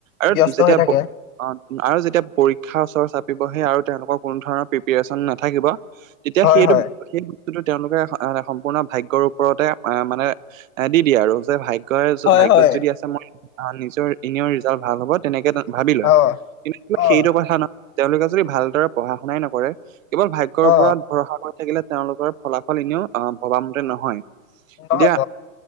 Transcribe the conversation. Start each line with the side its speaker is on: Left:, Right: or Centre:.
Right: আৰু
Left: ব্যস্ত
Right: যেতিয়া
Left: হৈ থাকে
Right: অ আৰু যেতিয়া পৰীক্ষাৰ ওচৰ চাপিবহে আৰু তেওঁলোকৰ কোনো ধৰণৰ প্ৰিপচন নাথাকিব তেতিয়া
Left: হয়
Right: সেইটো
Left: হয়
Right: সেই বস্তুটো তেওঁলোকে সম্পূৰ্ণ ভাগ্যৰ ওপৰতে মান মানে এ দি দিয়ে আৰু যে ভাগ্যয়ই
Left: হয়
Right: ভাগ্যত
Left: হয়
Right: যদি আছে মই অ নিজৰ এনে ৰিজাল্ট ভাল হ'ব তেনেকে ভাবি লয়
Left: অ
Right: কিন্তু,
Left: অ
Right: সেইটো কথা নহয় তেওঁলোকে যদি ভালদৰে পঢ়া শুনাই নকৰে কেৱল ভাগ্যয়ৰ
Left: অ
Right: ওপৰত ভৰসা কৰি থাকিলে তেওঁলোকৰ ফলাফল এনেও অ ভবামতে নহয়।
Left: নহব
Right: দিয়া